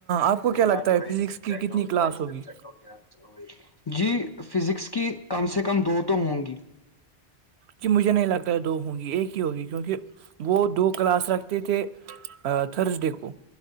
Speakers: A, on the right; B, on the left.
A: آپ کو کیا لگتا
B: یاررف
A: ہے فزکس کی
B: چ
A: کتنی
B: آ
A: کلاس ہوگی
B: چ آ جی فزکس کی کم سے کم دو تو ہوں گی
A: جی مجھے نہیں لگتا ہے دو ہوں گی ایک ہی ہوگی کیونکہ وہ دو کلاس رکھتے تھے تھرسڈے کو